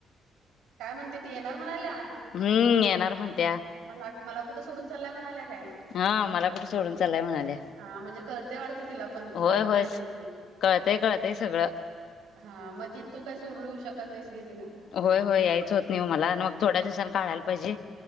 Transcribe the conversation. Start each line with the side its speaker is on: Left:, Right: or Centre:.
Right: काय म्हणते ती येणार म्हणाल्या.
Left: हम्म येनार म्हणत्या.
Right: मला मला कुठं सोडून चालाय म्हणाल्या काय?
Left: हा मला कुठे सोडून चाललाय म्हणाल्या.
Right: हा म्हणजे करतेय वाटत. तिला पण तू
Left: होय
Right: काय बोलल्यास
Left: होय
Right: ते
Left: कळतंय कळतंय सगळं
Right: हा मग ति तू काय सोडून येऊ शकत नाहीस. कि तिला
Left: होय होय याहीच होत नाही. मला मग थोड्या दिवसांनी काढायला पाहिजे.